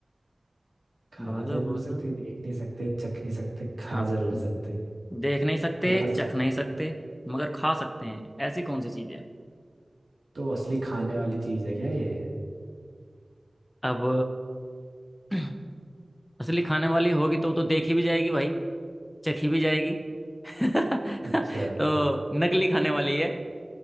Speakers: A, on the right (about 70°); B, on the left (about 25°).
A: खा
B: बोलो
A: जरूर
B: बोलो
A: सकते देख नहीं सकते चख नहीं सकते खा
B: हाँ
A: जरूर सकते हैं
B: देख नहीं सकते
A: मतलब असली
B: चख नहीं सकते मगर खा सकते हैं ऐसी कौन सी चीज है
A: तो असली तो खाने वाली चीज है क्या ये
B: अब <clears throat> असली खाने वाली होगी तो तो देखी भी जाएगी भाई चखी भी जाएगी <laughs>
A: अच्छा
B: तो नकली खाने वाली है